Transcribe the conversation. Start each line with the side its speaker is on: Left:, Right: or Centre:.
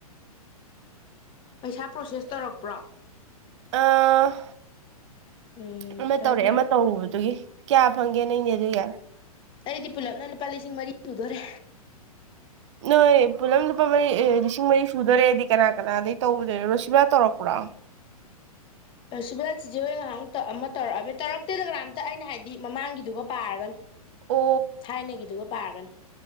Left: ꯄꯩꯁꯥ ꯄ꯭ꯔꯣꯁꯦꯁ ꯇꯧꯔꯛꯄ꯭ꯔꯣ?
Right: ꯑ
Left: ꯎꯝ
Right: ꯑꯃ
Left: ꯐꯔꯦ
Right: ꯇꯧꯔꯑꯦ
Left: ꯐꯔꯦ
Right: ꯑꯃ ꯇꯧꯔꯨꯕꯗꯨꯒꯤ꯫ ꯀꯌꯥ ꯐꯪꯒꯦ ꯅꯪꯒꯤ ꯑꯗꯨꯒꯤ
Left: ꯑꯩꯗꯤ ꯄꯨꯂꯞꯅ ꯂꯨꯄꯥ ꯂꯤꯁꯤꯡ ꯃꯔꯤ ꯁꯨꯗꯣꯔꯦ꯫
Right: ꯅꯣꯏ ꯄꯨꯂꯞ ꯂꯨꯄꯥ ꯃꯔꯤ ꯂꯤꯁꯤꯡ ꯃꯔꯤ ꯁꯨꯗꯣꯔꯦꯗꯤ ꯀꯅꯥ ꯀꯅꯥꯗꯒꯤꯩ ꯇꯧꯗꯣꯏꯔ ꯔꯣꯁꯤꯕꯥ ꯇꯧꯔꯛꯄ꯭ꯔꯣ
Left: ꯁꯤꯚꯦꯜ ꯆꯤꯖꯦ ꯍꯣꯏ ꯉꯥꯏꯍꯥꯛꯇ ꯑꯃ ꯇꯧꯔꯛꯑꯕ ꯇꯧꯔꯛꯇꯦꯗ ꯀꯝꯇ ꯑꯩꯅ ꯍꯥꯏꯗꯤ ꯃꯃꯥꯡꯒꯤꯗꯨꯒ ꯄꯥꯔꯒꯅꯤ꯫
Right: ꯑꯣ
Left: ꯊꯥꯏꯅꯒꯤꯗꯨꯒ ꯄꯥꯒꯅꯤ꯫